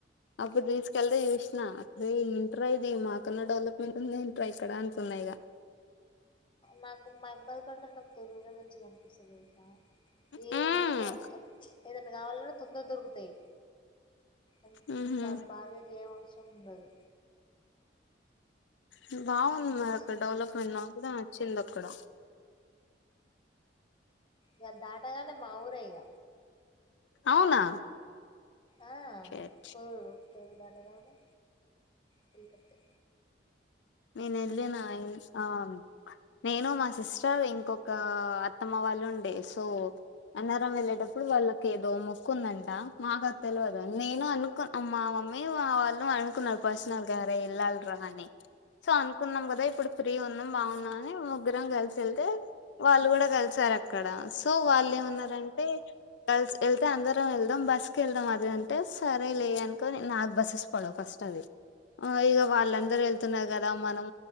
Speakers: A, on the left (about 80°); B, on the left (about 25°).
A: అప్పుడు తీసుకెళ్తే చూస్ కృష్ణ అరే ఏంట్రా ఇది మాకన్నా డెవలప్మెంట్ ఉంది ఏంట్రా ఇక్కడ అనుకున్నాయిగ
B: నాకు మా అబ్బాయి కంటే నాకు తెరుగురే మంచిగా కనిపిస్తుంది తెలుసా ఏ
A: మ్మ్
B: ఏదంట ఏదన కావాలన్నా తొందర దొరుకుతాయి అంత
A: మ్మ్ హు
B: బాధగేమ్ అవసరం ఉండదు
A: మ్మ్ బాగుంది మరి
B: ఫస్ట్
A: అక్కడ
B: నుంచి
A: డెవలప్మెంట్ అ కూడా నచ్చింది అక్కడ
B: ఇగ దాటగానే మా ఊరే ఇగ
A: అవునా
B: ఆ
A: షట్
B: కో <unintelligible> దాటగానే వెల్కట్టే
A: నేను వెళ్ళిన ఆ నేను మా సిస్టర్ ఇంకొక అత్తమ్మ వాళ్ళు ఉండే సో అన్నారం వెళ్ళేటప్పుడు వాళ్ళకి ఏదో మొక్కు ఉందంట మాకు అ తెలియదు నేను అనుకు మా మమ్మీ వాళ్ళు అనుకున్నారు పర్సనల్ గా రే ఎళ్ళాలిరా అని సో అనుకున్నాం కదా ఇప్పుడు ఫ్రీ ఉన్ బాగున్నాని ముగ్గురం కల్సి ఎళ్తే వాళ్ళు కూడా కలిసారు అక్కడ సో వాళ్ళు ఏమన్నారంటే కల్స్ వెళ్తే అందరం వెళ్దాం బస్ కెళ్దాం అది అంటే సరే లే అనుకోని నాకు బస్సెస్ పడవు ఫస్ట్ అది ఆ ఇక వాళ్ళ అందర వెళ్ కదా మనం